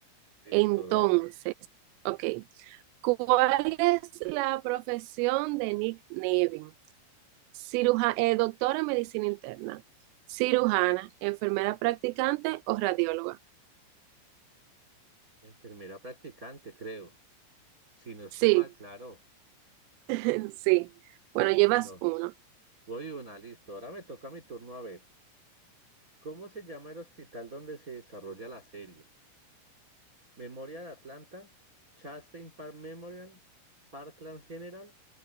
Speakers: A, on the right; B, on the right.
A: Listo,
B: Entonces,
A: dale.
B: ok, ¿cuál es la profesión de Nick Nevin? Ciruja- eh, doctora en medicina interna, cirujana, enfermera practicante o radióloga.
A: Enfermera practicante, creo. Si no estoy
B: Sí,
A: mal, claro.
B: <laughs> sí. Bueno, llevas
A: Bueno,
B: uno.
A: voy una, listo. Ahora me toca mi turno a ver. ¿Cómo se llama el hospital donde se desarrolla la serie? ¿Memoria de Atlanta? ¿Chastain Park Memorial? ¿Parkland General?